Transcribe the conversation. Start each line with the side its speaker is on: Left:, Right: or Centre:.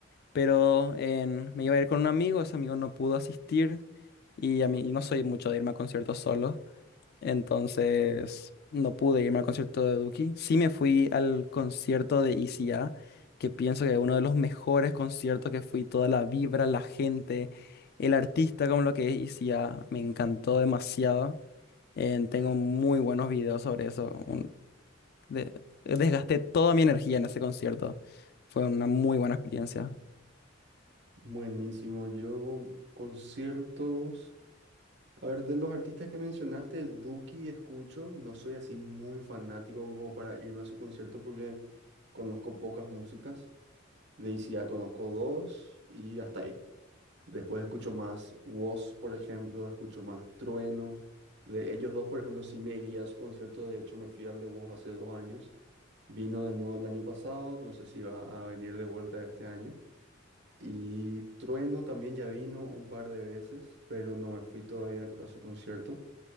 Left: pero en- me iba a ir con un amigo, ese amigo no pudo asistir y a mí y no soy mucho de irme a conciertos solo, entonces no pude irme al concierto de Duki. Sí me fui al concierto de ICA, que pienso que es uno de los mejores conciertos que fui, toda la vibra, la gente, el artista como lo que es ICA, me encantó demasiado. Eh, tengo muy buenos videos sobre eso. un- de- desgasté toda mi energía en ese concierto. Fue una muy buena experiencia.
Right: buenísimo. Yo conciertos, a ver, de los artistas que mencionaste, Duki escucho, no soy así muy fanático como para irme a su concierto porque conozco pocas músicas. De ICA conozco dos y hasta ahí. Después escucho más Woz, por ejemplo, escucho más Trueno. De ellos dos, por ejemplo, sí me iría a su concierto. De hecho, me fui al de Woz hace dos años. Vino de nuevo el año pasado. No sé si va a venir de vuelta este año. Y Trueno también ya vino un par de veces, pero no me fui todavía a su concierto.